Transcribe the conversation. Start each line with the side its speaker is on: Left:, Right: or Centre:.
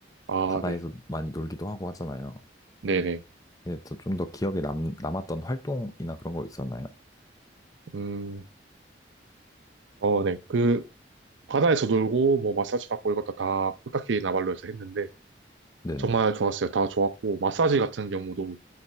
Right: 아,
Left: 바다에서
Right: 네.
Left: 많이 놀기도 하고 하잖아요.
Right: 네네.
Left: 이게 좀더 기억에 남, 남았던 활동이나 그런 거 있었나요?
Right: 음, 어, 네. 그 바다에서 놀고 뭐 마사지 받고 이것도 다 코타키나발루에서 했는데
Left: 네,
Right: 정말 좋았어요. 다 좋았고 마사지 같은 경우도